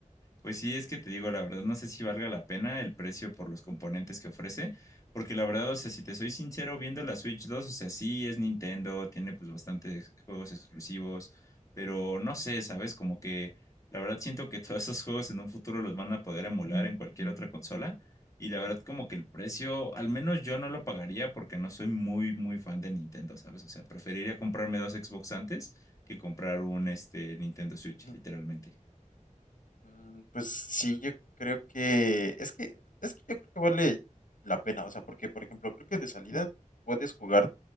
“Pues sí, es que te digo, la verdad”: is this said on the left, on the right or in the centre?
Left